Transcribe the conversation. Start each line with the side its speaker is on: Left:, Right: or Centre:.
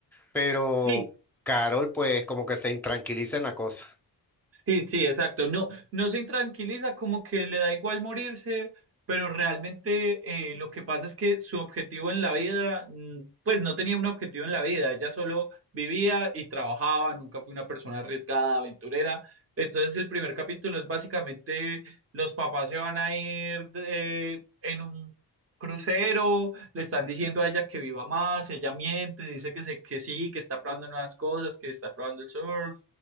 Centre: Pero
Right: sí
Centre: Carol, pues, como que se intranquiliza en la cosa.
Right: Sí, sí, exacto. No, no se intranquiliza, como que le da igual morirse, pero realmente eh, lo que pasa es que su objetivo en la vida, mm, pues no tenía un objetivo en la vida, ella solo vivía y trabajaba, nunca fue una persona arriesgada, aventurera. Entonces el primer capítulo es básicamente los papás se van a ir de- en un crucero, le están diciendo a ella que viva más, ella miente, dice que, se, que sí, que está probando nuevas cosas, que está probando el surf